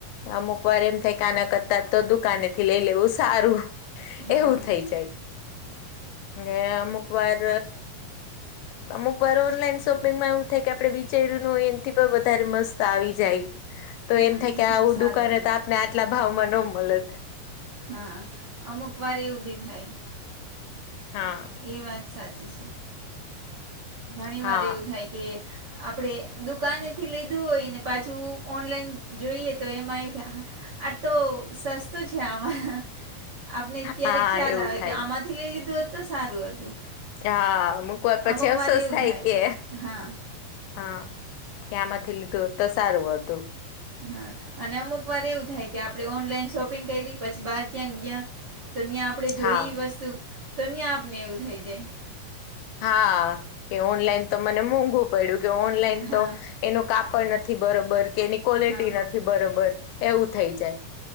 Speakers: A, on the left; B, on the right.
A: અમુક વાર એમ થાય આના કરતા તો દુકાનેથી લઈ લેવું સારું.
B: હા
A: એવું થઈ જાય. ને અમુક વાર અમુક વાર ઓનલાઈન શોપિંગમાં એવું થાય કે આપણે વિચાર્યું નય, એથી પણ વધારે મસ્ત આવી જાય. તો
B: હા
A: એમ થાય,
B: એનાથી
A: કે આવું
B: બી સારું
A: દુકાને
B: આવી
A: તો આપણને
B: જાય
A: આટલા ભાવમાં ન મળે.
B: હા, અમુક વાર એવું બી થાય.
A: હા.
B: એ વાત સાચી છે. ઘણી
A: હા
B: વાર એવું થાય કે આપણેે દુકાનેથી લીધું હોયને, પાછું ઓનલાઈન જોઈએ તો એમાં આવ થ આ તો સસ્તું છે આમાં. આપણે અત્યારે
A: હા
B: ખ્યાલ
A: એવું
B: આવે
A: થાય.
B: કે આમાંથી લઈ લીધું તો સારું હતું.
A: હા, મૂકવા પછી
B: અમુક
A: અફસોસ
B: વાર એવું
A: થાય કે
B: હા
A: હા, ક્યાંમાંથી લીધું તો સારું હતું.
B: હા, અને અમુક વાર એવું થાય કે આપણે ઓનલાઈન શોપિંગ કરી પછી બાર ક્યાંક ગયા. તો યાં આપણેે જોઈ
A: હા
B: વસ્તુ, તો ન્યાં આપણને એવું થઈ જાય.
A: હા, કે ઓનલાઈન તો મને મોંઘું પડ્યું કે ઓનલાઈન
B: હા
A: તો એનું કાપડ નથી બરોબર કે એની કોવોલિટી
B: હા
A: નથી બરોબર એવું થઈ જાય.